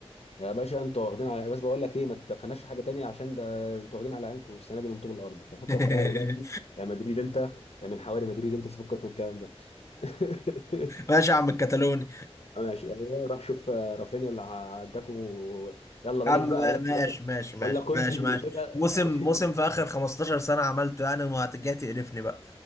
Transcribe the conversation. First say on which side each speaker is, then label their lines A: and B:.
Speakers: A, on the left; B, on the left.
A: يا باشا انتوا واخدين على بس بقول لك ايه ما تخناش في حاجه تانية عشان ده انتوا واخدين على عينكم السنه دي من طوب الارض ففكك
B: <laughs>
A: بقى دلوقتي يا مدريد انت يا من حواري مدريد انت تفكك من الكلام ده <laughs>
B: ماشي يا عم الكتالوني
A: ماشي ايوه روح شوف آه، رافينيا اللي عداكم و...
B: <laughs>
A: يلا بلاش
B: يا عم
A: بقى
B: ما-
A: بلاش
B: ماشي
A: بلاش.
B: ماشي ماشي
A: ولا كوندي
B: ماشي ماشي
A: اللي اداك
B: موسم
A: <laughs>
B: موسم في اخر 15 سنة عملته يعني وهتجي تقرفني بقى